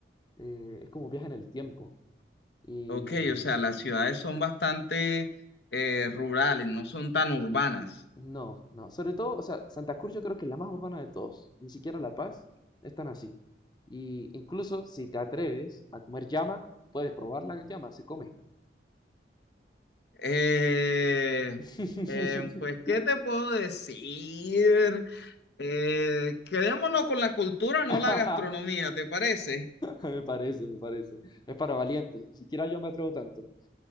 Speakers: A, on the left; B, on the left.
A: eh, es como viaje en el tiempo. Y
B: Ok, o sea, las ciudades son bastante eh, rurales, no son tan urbanas.
A: no, no, sobre todo, o sea, Santa Cruz yo creo que es la más urbana de todos, ni siquiera La Paz es tan así. Y incluso si te atreves a comer llama, puedes probar la llama, se come.
B: Eh,
A: <laughs>
B: eh, pues, ¿qué te puedo decir? Eh, quedémonos con la cultura, no
A: <laughs>
B: la gastronomía, ¿te parece?
A: Me parece, me parece. Es para valientes, ni siquiera yo me atrevo tanto.